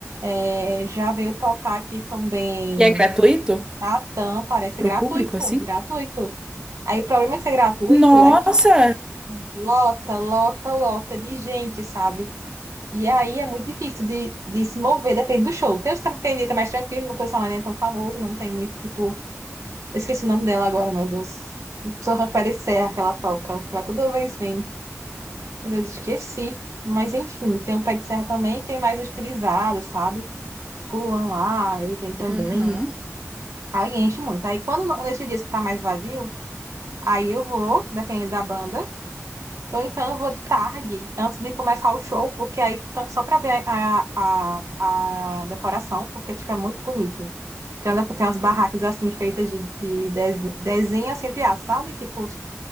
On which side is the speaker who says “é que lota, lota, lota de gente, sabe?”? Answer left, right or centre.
Right